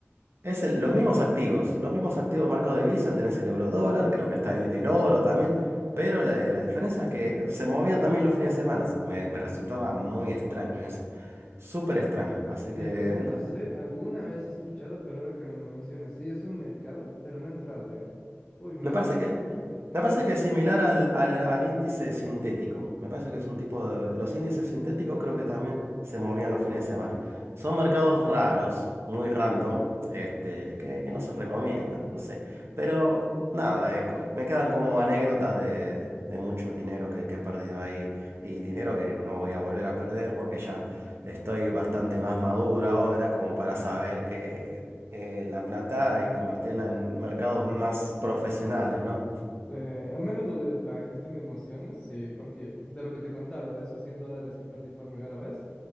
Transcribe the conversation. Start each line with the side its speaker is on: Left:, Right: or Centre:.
Right: Es el- los mismos activos, los mismos activos mercado de divisas, tenés el euro dólar, creo que está el, el oro también, pero la, la diferencia es que se movía también los fines de semana. Me, me resultaba muy extraño eso, súper extraño. Así
Left: De
Right: que
Left: los OTC
Right: no,
Left: alguna vez he escuchado, pero ahora que me lo mencionas, sí, es un mercado, pero no he entrado yo. Uy, me
Right: me
Left: había
Right: parece
Left: olvidado
Right: que...
Left: que existía.
Right: Me parece que es similar al, al- al índice sintético. Me parece que es un tipo de... Los índices sintéticos
Left: Mm,
Right: creo que también se movían los fines de semana. Son mercados raros, muy random, este, que, que no se recomiendan, no sé. Pero nada, eh, co- me quedan como anécdotas de, de mucho dinero que, que he perdido ahí y dinero que no voy a volver a perder porque ya estoy bastante más maduro ahora como para saber que eh, la plata hay que invertirla en mercados más profesionales, ¿no?
Left: eh, al menos lo de la gestión de emociones, sí, porque de lo que te contaba, de esos 100 dólares que perdí por primera vez,